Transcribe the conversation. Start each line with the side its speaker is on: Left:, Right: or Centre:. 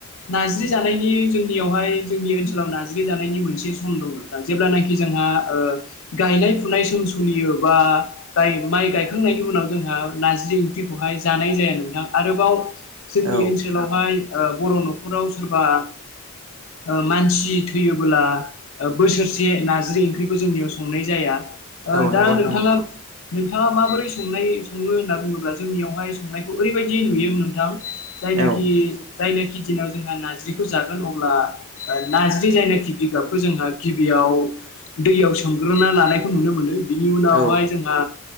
Left: नारजि जानायनि जोंनियावहाय जोंनि ओनसोलाव नारजि जानायनि मोनसे सम दं नोंथां जेब्लानखि जोंहा ओ गायनाय फुनाय सम सलियो बा गाय माइ गायखांनायनि उनाव जोंहा नारजि ओंख्रिखौहाय जानाय जाया नोंथां आरोबाव जोंनि
Right: औ
Left: ओनसोलावहाय ओ बर' न'खराव सोरबा ओ मानसि थैयोब्ला बोसोरसे नारजि ओंख्रिखौ जोंनियाव संनाय जाया ओ
Right: औ नंगौ
Left: दा
Right: नोंथां
Left: नोंथाङा
Right: नंगौ
Left: नोंथाङा माबोरै संनाय सङो होनना बुङोब्ला जोंनियावहाय संनायखौ ओरैबायदि नुयोमोन नोंथां जायनाखि
Right: औ
Left: जायनाखि दिनाव जोंहा नारजिखौ जागोन अब्ला ओ नाज्रि जायनाखि बिगाबखौ जोंहा गिबियाव आव दैयाव सोमग्रोना लानायखौ नुनो मोनो बिनि
Right: औ
Left: उनावहाय जोंहा